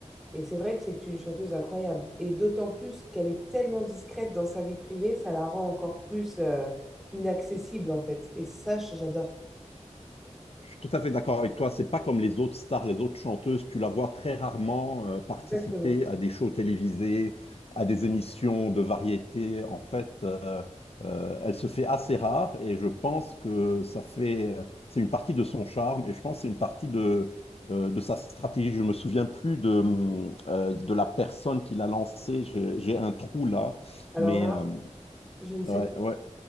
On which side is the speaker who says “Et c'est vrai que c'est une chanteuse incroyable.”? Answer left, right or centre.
Centre